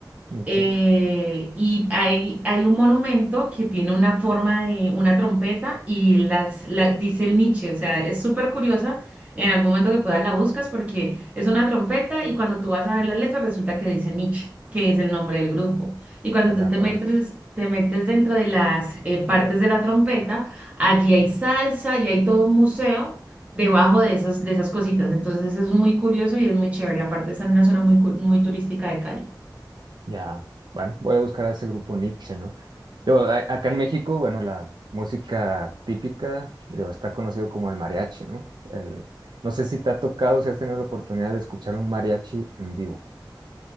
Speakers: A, on the right; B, on the right.
A: Miche,
B: Eh, y hay, hay un monumento que tiene una forma de una trompeta y las, la- dice el Nietzsche, o sea, es súper curiosa. En algún momento que puedas la buscas porque es una trompeta y cuando tú vas a ver las letras resulta que dice Nietzsche, que es el nombre del grupo. Y cuando
A: de
B: tú
A: acuerdo.
B: te metes, te metes dentro de las eh, partes de la trompeta, allí hay salsa y hay todo un museo debajo de esas, de esas cositas. Entonces es muy curioso y es muy chévere. Aparte está en una zona muy, cu- muy turística de Cali.
A: Ya, bueno, voy a buscar a ese grupo Nietzsche, ¿no? Digo, a- acá en México, bueno, la música típica, digo, está conocido como el mariachi, ¿no? El, no sé si te ha tocado, si has tenido la oportunidad de escuchar un mariachi en vivo.